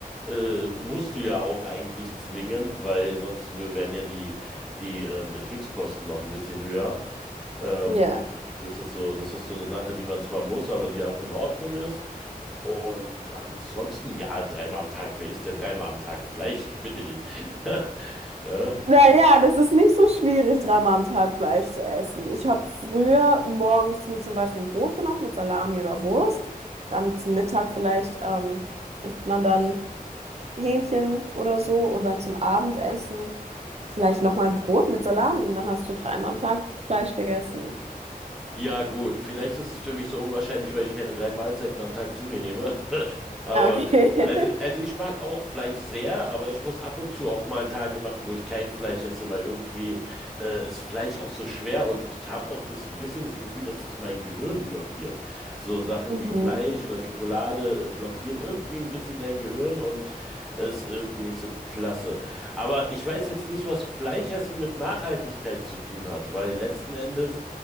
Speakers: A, in the centre; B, on the right.
A: Äh, musst du ja auch eigentlich zwingend, weil sonst w- wären ja die, die ähm, Betriebskosten noch ein bisschen höher. Ähm,
B: Ja.
A: das ist so, das ist so eine Sache, die man zwar muss, aber die auch in Ordnung ist. Und ansonsten, ja, dreimal am Tag, wer isst denn dreimal am Tag Fleisch? Ich bitte dich. <laughs> Ja.
B: Naja, das ist nicht so schwierig, dreimal am Tag Fleisch zu essen. Ich habe früher morgens mir zum Beispiel ein Brot gemacht mit Salami oder Wurst. Dann zum Mittag vielleicht ähm, isst man dann Hähnchen oder so und dann zum Abendessen vielleicht nochmal ein Brot mit Salami. Und dann hast du dreimal am Tag Fleisch gegessen.
A: Ja, gut. Vielleicht ist es für mich so unwahrscheinlich, weil ich keine drei Mahlzeiten am Tag zu mir nehme. <laughs> Aber,
B: Ah, Okay.
A: also,
B: <laughs>
A: also ich mag auch Fleisch sehr, aber ich muss ab und zu auch mal Tage machen, wo ich kein Fleisch esse, weil irgendwie äh, ist Fleisch auch so schwer und ich habe auch das ein bisschen das Gefühl, dass das mein Gehirn blockiert. So Sachen
B: Mhm,
A: wie Fleisch oder Schokolade äh, blockieren irgendwie ein bisschen dein Gehirn und es ist irgendwie nicht so klasse. Aber ich weiß jetzt nicht, was Fleischessen mit Nachhaltigkeit zu tun hat, weil letzten Endes